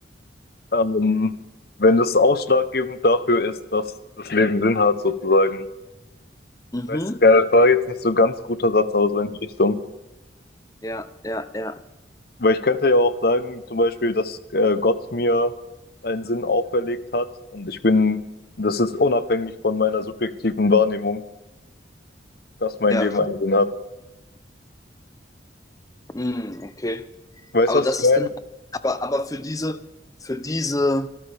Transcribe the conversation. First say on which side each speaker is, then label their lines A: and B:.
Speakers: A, on the left (about 55°); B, on the left (about 20°).
A: Ähm, wenn das ausschlaggebend dafür ist, dass das Leben Sinn hat, sozusagen. Ich
B: Mhm.
A: Weiß gar nicht, war jetzt nicht so ganz guter Satz, aber so in die Richtung.
B: Ja, ja, ja.
A: Weil ich könnte ja auch sagen, zum Beispiel, dass äh, Gott mir einen Sinn auferlegt hat und ich bin, das ist unabhängig von meiner subjektiven Wahrnehmung, dass mein
B: Ja,
A: Leben einen Sinn hat.
B: mhm, okay.
A: Weißt
B: Aber
A: du, was
B: das
A: ich meine?
B: ist dann, aber, aber für diese, für diese,